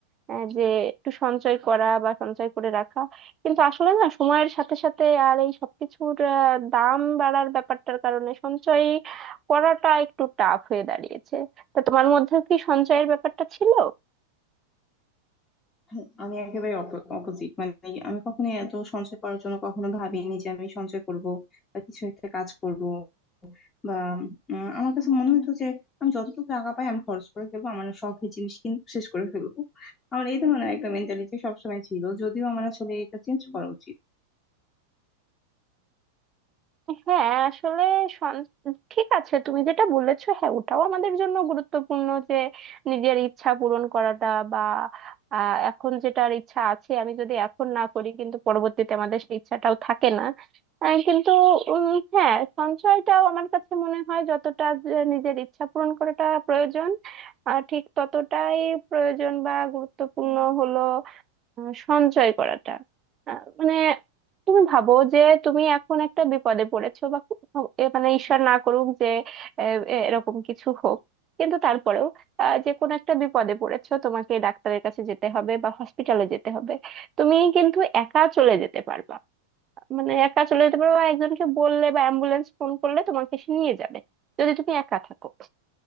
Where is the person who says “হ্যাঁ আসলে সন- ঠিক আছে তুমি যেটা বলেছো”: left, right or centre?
Right